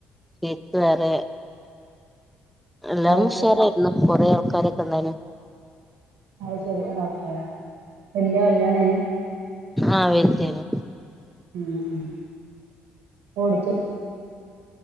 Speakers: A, in the centre; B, on the right.
A: സ്വീറ്റ്സ് വേറെ എല്ലാം
B: അത്
A: ഉഷാറായിരുന്നു
B: ശരി
A: കൊറേ ആൾക്കാരൊക്കെണ്ടായ്നു
B: അയ് ശരി ആഹ് വല്യ കല്യാണേനു
A: ആഹ് വെല്തേനു
B: ഉം ഓടി <unintelligible> റ്റോറി